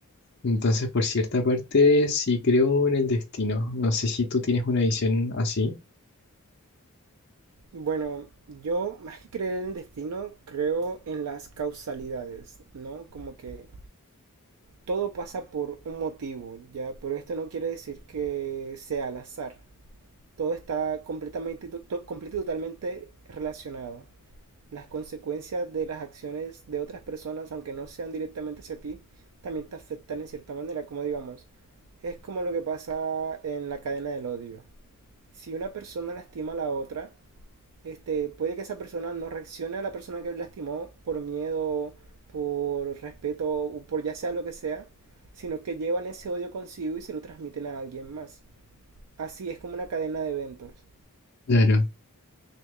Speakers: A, on the left; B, on the right.
A: Entonces, por cierta parte, sí creo en el destino. No sé si tú tienes una visión así.
B: Bueno, yo <laughs> más que creer en el destino, creo en las causalidades, ¿no? Como que todo pasa por un motivo, ¿ya? Pero esto no quiere decir que sea al azar. Todo está completamente, y to- to- completo y totalmente relacionado. las consecuencias de las acciones de otras personas, aunque no sean directamente hacia ti, también te afectan en cierta manera, como digamos, es como lo que pasa en la cadena del odio. Si una persona lastima a la otra, este, puede que esa persona no reaccione a la persona que lastimó por miedo, por respeto o por ya sea lo que sea, sino que llevan ese odio consigo y se lo transmiten a alguien más. Así es como una cadena de eventos.
A: Claro,